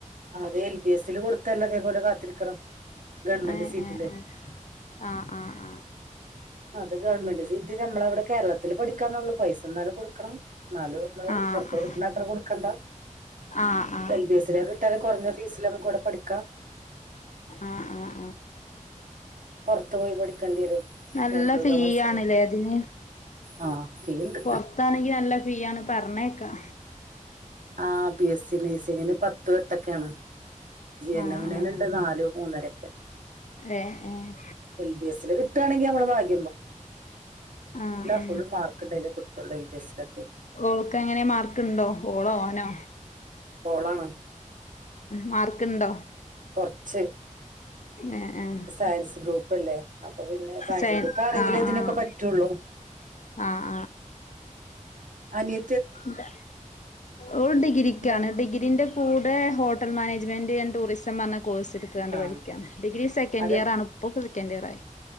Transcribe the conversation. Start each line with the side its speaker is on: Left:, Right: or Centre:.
Right: അത് എൽ, പി, എസ്സില് കൊട് തല്ല അതേപോലെ കാത്തിരിക്കണം ഗവൺമെന്റ്
Left: ഏ
Right: സീറ്റില്
Left: ഏ ഏ ആ ആ ആ
Right: അത് ഗവൺമെന്റ് സീറ്റ് നമ്മളവിടെ കേരളത്തില് പഠിക്കാന്നള്ളു പൈസ എന്നാലും കൊടുക്കണം എന്നാലും നമ്മള്
Left: ആഹ്
Right: പുറത്ത്
Left: ആഹ്
Right: കൊടുക്കുന്നത്ര കൊടുക്കണ്ട
Left: ആഹ് ആഹ്
Right: എൽ ബി എസിൽ കിട്ടാൽ കുറഞ്ഞ ഫീസില്ഒക്കെ കോഡ് പഠിക്കാം
Left: ആ ആ ആ
Right: പുറത്തു പോയി പഠിക്കേണ്ടി വരും
Left: നല്ല
Right: ബാംഗ്ലൂരോ
Left: ഫീ
Right: മൈസൂരൊക്കെ
Left: ആണല്ലേ അതിന്
Right: ആ ഫീ ഉണ്ട്
Left: പൊറത്താണെങ്കി നല്ല ഫി ആണ് പറഞ്ഞേക്ക
Right: ആ ബി എസ് സി നഴ്സിങ്ങിന് പത്തും എട്ടൊക്കെയണ് ജി
Left: ആഹ്
Right: ൻമം മിനെനെണ്ട്
Left: ആഹ്
Right: നാലോ മൂന്നരൊക്കെ
Left: ഏഹ് ഏഹ്
Right: എൽ ബി എസിൽ കിട്ടാണെങ്കിൽ നമ്മളെ ഭാഗ
Left: അ അ
Right: ഫുൾ മാർക്ക് ഉണ്ടെങ്കിലേ കിട്ടുള്ളൂ എൽ ബി എസിലൊക്കെ
Left: ഓൾക്ക് ഏങ്ങനെ മാർക്കുണ്ടോ ഓളോ ഓ നെ
Right: ഓളണ്
Left: മാർക്ക്ണ്ടോ
Right: കുറച്ച്
Left: ഏഹ് ഏഹ്
Right: സയൻസ് ഗ്രൂപ്പ്ല്ലേ അപ്പൊ പിന്നെ സയൻസ്
Left: സയൻ
Right: ഗ്രൂപ്പാണെങ്കിലും
Left: ആഹ് ആഹ്
Right: ഇതിനൊക്കെ പറ്റുള്ളൂ
Left: ആഹ്
Right: അനിയ
Left: ല്ല ഓൾ ഡിഗ്രിക്കാണ്
Right: എന്താ
Left: ഡിഗ്രീന്റെ കൂ ടെ ഹോട്ടൽ മാനേജ്മെന്റ് എന്റ് ടൂറിസം പറഞ്ഞ കോഴ്സ് എടുത്താണ്ട്
Right: ആ
Left: പഠിക്ക ഡിഗ്രി സെക്കൻഡ്
Right: അത്
Left: ഇയർ ആണ് ഇപ്പോകെ ക്കൻറ്റിയാരാ